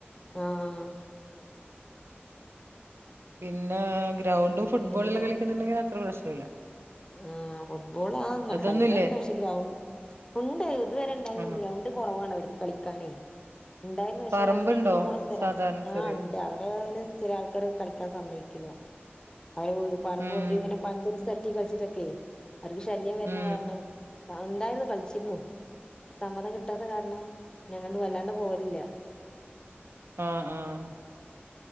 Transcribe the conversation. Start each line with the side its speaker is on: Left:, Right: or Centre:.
Left: ആഹ
Right: പിന്നെ ഗ്രൗണ്ടും ഫുട്ബോളല്ലാം
Left: പിന്നെ
Right: കളിക്കുന്നുണ്ടെങ്കിൽ അത്ര പ്രശ്ണോല്ല
Left: ആഹ ഫുട്ബോൾ ആ
Right: അതൊന്നുംല്ലേ
Left: കളിക്കലണ്ട് പക്ഷെ ഗ്രൗണ്ട് ഉണ്ട് ഇതുവരെ ഇണ്ടായിരുന്നു
Right: ഉം
Left: ഗ്രൗണ്ട് കുറവാണ് അവർക്ക് കളിക്കാനേ ഉണ്ടായിരുന്ന് പക്ഷെ
Right: പറമ്പുണ്ടോ
Left: ഈ വണ്ടി ഇങ്ങനെ പോണ സ്ഥലം
Right: സാധാരണ
Left: ആ
Right: ചെറിയ
Left: അ അവിടെ അങ്ങനെ ചില ആൾക്കാര് കളിക്കാൻ സമ്മയ്ക്കില്ല അവര് പറമ്പ്
Right: ഉം
Left: അവര് ഇങ്ങനെ പന്തളത്ത് ത തട്ടി കളിച്ചിട്ടക്കെ അവർക്ക് ശല്യം വരണ
Right: ഉം
Left: കാരണം ഉണ്ടായിരുന്നു കളിച്ചിരുന്നു സമ്മതം കിട്ടാത്ത കാരണം അങ്ങണ്ട് വല്ലാണ്ട് പോലില്ല
Right: ആഹ് ആഹ്